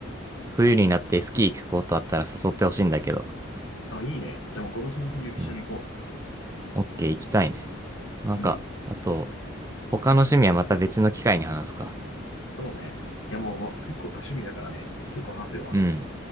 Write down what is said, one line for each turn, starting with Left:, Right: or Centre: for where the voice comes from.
Right: 冬になってスキー行くことあったら誘ってほしいんだけど。
Left: あ、いいね。じゃあもう今年の冬一緒に行こ
Right: うん。オッケー、行きたいね。なんか、
Left: う。うん。
Right: あと、他の趣味はまた別の機会に話すか。
Left: そうね。いやもう、ま結構多趣味だからね。結構話せるわ。
Right: うん。